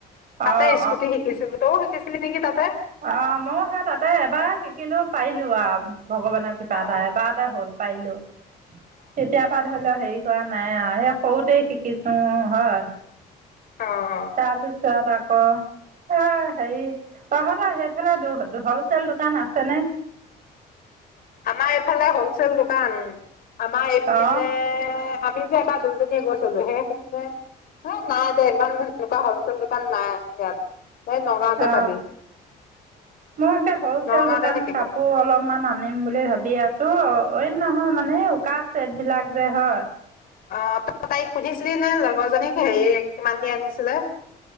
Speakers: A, on the left (about 60°); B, on the right (about 50°).
A: তাতে
B: অঁ
A: স্কুটি শিকিছিলো, তও শিকিছিল নেকি তাতে?
B: অ মই সেই তাতে এবাৰ শিকিলো পাৰিলো আৰু ভগৱানৰ কৃপা
A: অ
B: এটা এবাৰতে হ'ল। পাৰিলো। তেতিয়াৰ পৰা ধৰি লঃ হেৰি চোৱা নাই আৰু সেই সৰুতেই শিকিছো হয়।
A: অ অ
B: তাৰপিছত তাত আকৌ হেৰি তহঁতৰ সেইফালে হলচেল দোকান আছেনে?
A: আমাৰ এইফালে হলচেল দোকান আমাৰ এইপিনে
B: অঁ
A: আমি যে এবাৰ দুজনীয়ে গৈছিলোঁ সেই <inaudible> সেই নাই দে ইমান এনেকুৱা হলচেল দোকান নাই ইয়াত। এই নগাঁওতে
B: অ
A: পাবি
B: মই একে হ'লচেল
A: নগাঁওতে
B: দোকান
A: থাকিব
B: কাপোৰ অলপমান আনো আনিম বুলি ভাবি আছো নহয় মানে উকা চেট বিলাক যে হয়?
A: অ তই তাইক সুধিছিলি নে লগৰজনীক হেৰি কিমান দি আনিছিলে?